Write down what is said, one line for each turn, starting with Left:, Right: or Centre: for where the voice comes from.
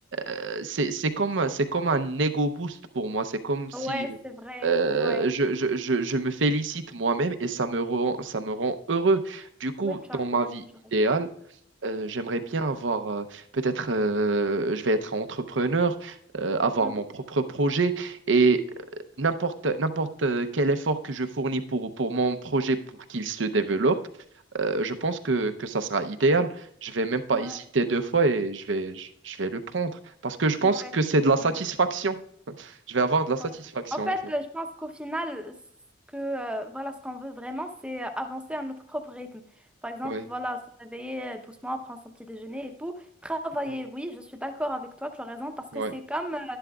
Right: euh, c'est, c'est comme, c'est comme un ego boost pour moi. C'est comme si
Centre: Ouais, c'est vrai.
Right: euh,
Centre: Ouais.
Right: je, je, je, je me félicite moi-même et ça me rend, ça me rend heureux. Du coup,
Centre: Ouais, tu
Right: dans
Centre: as
Right: ma
Centre: raison,
Right: vie
Centre: tu as raison.
Right: idéale, euh, j'aimerais bien avoir, euh, peut-être, euh, je vais être entrepreneur, euh, avoir
Centre: Mhm.
Right: mon propre projet et euh, n'importe n'importe quel effort que je fournis pour, pour mon projet pour qu'il se développe euh, je pense que, que ça sera idéal. Je vais même pas
Centre: Ouais,
Right: hésiter deux fois et je vais, je, je vais le prendre. Parce que je pense
Centre: ouais.
Right: que c'est de la satisfaction.
Centre: Mm-hmm.
Right: Je vais avoir de la satisfaction,
Centre: Ouais. En fait,
Right: en fait.
Centre: euh, je pense qu'au final, ce que, euh, voilà, ce qu'on veut vraiment, c'est euh, avancer à notre propre rythme. Par exemple,
Right: Ouais.
Centre: voilà, se réveiller euh, doucement, prendre son petit déjeuner et tout. Travailler,
Right: Mhm.
Centre: oui, je suis d'accord avec toi, tu as raison, parce
Right: Ouais.
Centre: que c'est comme, euh,